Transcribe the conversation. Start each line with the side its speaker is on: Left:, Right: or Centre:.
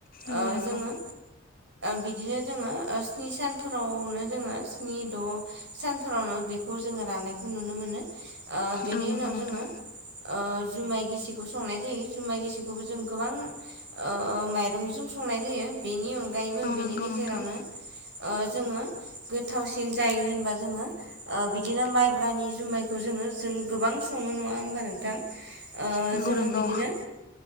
Left: नंगौ
Right: ओ
Left: नंगौ
Right: जोङो बिदिनो जोङो स्नि सानफोरावनो जोङो स्नि द' सानफोरावनो बेखौ जोङो राननायखौ नुनो मोनो ओ बेनि
Left: औ नंगौ
Right: उनाव
Left: नोंथां
Right: जोङो ओ जुमाय गिसिखौ संनाय जायो जुमाइ गिसिखौबो जों गोबां ओ माइ रंजों संनाय जायो बेनि अनगायैबो
Left: औ
Right: बेनि
Left: नंगौ
Right: गेजेरावनो
Left: नोंथां
Right: जोङो गोथावसिन जायो होनबा जोङो बिदिनो माइब्रानि जुमायखौ जोङो जों गोबां सङो नङा होमबा नोंथां? ओ
Left: नंगौ
Right: जोङो
Left: नंगौ
Right: बिदिनो